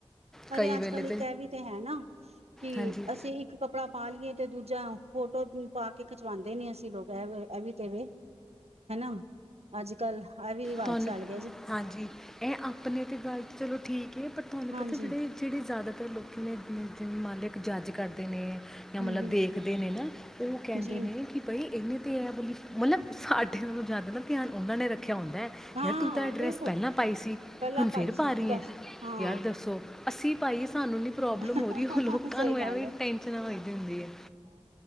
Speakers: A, on the right; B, in the centre.
A: ਪਰ
B: ਕਈ
A: ਇਹ ਅੱਜ
B: ਵੇਲੇ
A: ਕੱਲ ਇੱਕ ਇਹ ਵੀ ਤੇ ਹੈ ਨਾ, ਕਿ
B: ਹਾਂਜੀ।
A: ਅਸੀਂ ਇੱਕ ਕੱਪੜਾ ਪਾ ਲਈਏ ਤੇ ਦੂਜਾ ਫੋਟੋ ਪਾ ਕੇ ਖਿਚਵਾਉਂਦੇ ਨੀ ਅਸੀਂ ਲੋਕ, ਇਹਵੇ ਇਹ ਵੀ ਤੇਵੇ ਹਨਾ। ਅੱਜ ਕੱਲ ਇਹ ਵੀ ਰਿਵਾਜ
B: ਤੁਹਾਨੂੰ
A: ਚੱਲ ਗਿਆ ਜੀ
B: ਹਾਂਜੀ ਇਹ ਆਪਣੇ ਤੇ ਗੱਲ ਚਲੋ ਠੀਕ ਕਿ ਪਰ ਤੁਹਾਨੂੰ
A: ਹਾਂਜੀ
B: ਜ਼ਿਆਦਾਤਰ ਲੋਕ ਕਿਵੇਂ ਜਿਵੇਂ ਮਾਲਿਕ ਜੱਜ ਕਰਦੇ ਨੇ ਜਾਂ
A: ਹੂੰ
B: ਮਤਲਬ
A: ਹੂੰ
B: ਦੇਖਦੇ ਨੇ ਨਾ ਤੇ ਉਹ ਕਹਿੰਦੇ
A: ਜੀ
B: ਨੇ ਕਿ ਬਈ ਇੰਨੇ ਤੇ ਇਹ ਬਲੀ ਮਤਲਬ ਸਾਡੇ ਨਾਲ ਤੋਂ ਜ਼ਿਆਦਾ ਨਾ ਧਿਆਨ ਉਹਨਾਂ ਨੇ ਰੱਖ ਆਖਿਆ ਹੁੰਦਾ ਹੈ
A: ਹਾਂ
B: ਯਾਰ ਤੂੰ ਤਾਂ ਐਡਰੈਸ
A: ਬਿਲਕੁਲ
B: ਪਹਿਲਾਂ ਪਾਈ ਸੀ
A: ਪਹਿਲਾਂ
B: ਹੁਣ
A: ਪਾਈ
B: ਫਿਰ
A: ਸੀ
B: ਪਾ ਰਹੀ
A: ਦੱਸ
B: ਹੈ
A: ਹਾਂ
B: ਯਾਰ ਦੱਸੋ ਅਸੀਂ ਪਾਈਏ ਸਾਨੂੰ ਨਹੀਂ ਪ੍ਰੋਬਲਮ
A: ਸਹੀ
B: ਹੋ ਰਹੀ ਉਹ ਲੋਕਾਂ ਨੂੰ
A: ਗੱਲ
B: ਐਵੇਂ
A: ਹੈ
B: ਟੈਂਸ਼ਨਾਂ ਹੋਦੀ ਹੁੰਦੀ ਹੈ